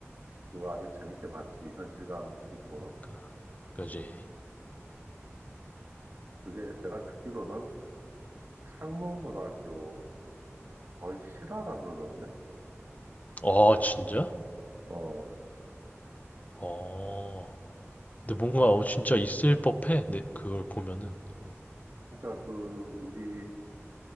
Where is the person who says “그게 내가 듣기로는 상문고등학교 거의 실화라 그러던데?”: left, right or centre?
Right